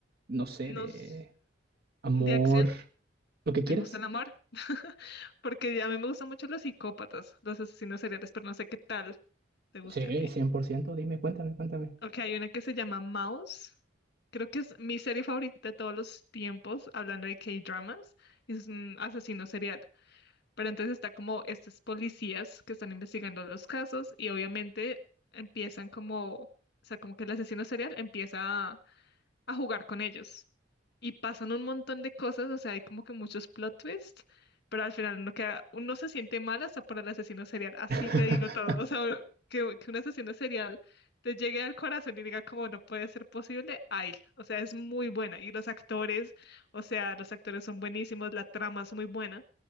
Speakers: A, on the right; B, on the left.
A: no sé,
B: Nos.
A: de amor,
B: De acción,
A: lo que quieras.
B: ¿te gusta el amor? <laughs> Porque a mí me gustan mucho los psicópatas, los asesinos seriales, pero no sé qué tal te guste
A: Sí,
B: a ti.
A: 100%. Dime, cuéntame, cuéntame.
B: Ok, hay una que se llama Mouse. Creo que es mi serie favorita de todos los tiempos, hablando de K-dramas, es un asesino serial. Pero entonces está como estos policías que están investigando los casos y obviamente empiezan como, o sea, como que el asesino serial empieza a jugar con ellos. Y pasan un montón de cosas, o sea, hay como que muchos plot twists, pero al final uno queda, uno se siente mal hasta para el asesino serial, así
A: <laughs>
B: te digo todo. O sea, que, que un asesino serial te llegue al corazón y diga como no puede ser posible, ay, o sea, es muy buena. Y los actores, o sea, los actores son buenísimos, la trama es muy buena.